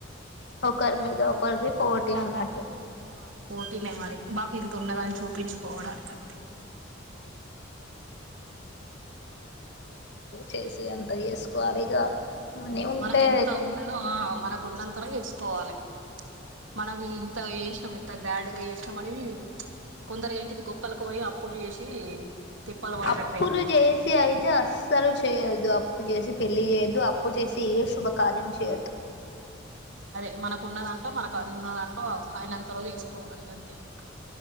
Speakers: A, on the left; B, on the right.
A: ఒకరి మీద ఒకరికి పోటీ అన్నట్టు
B: ఆ అది పోటీనే మరి బాక ఇంత ఉన్నదాని చూపించుకోవడానికి
A: చేసేదంత చేసుకోవాలి ఇగ మనీ ఉంటే
B: మనకీ ఎంత ఉన్నదో మనకు ఉన్నంతలో చేసుకోవాలి మనవి ఇంత చేసినాం ఎంత గ్రాండ్ గా చేసినాం అని కొందరు ఏంటిది గొప్పలకి పోయి అప్పులు చేసి తిప్పలు పడ్డట్టు
A: అప్పును
B: అయితది
A: చేసి అయితే అస్సలు చేయొద్దు అప్పు చేసి పెళ్లి చే అప్పు చేసి ఏ శుభకార్యం చేయొద్దు
B: అదే మనకు ఉన్న దాంట్లో మనకున్న దాంట్లో ఆయనంతలో చేసుకోవాలి అంతే ఇంక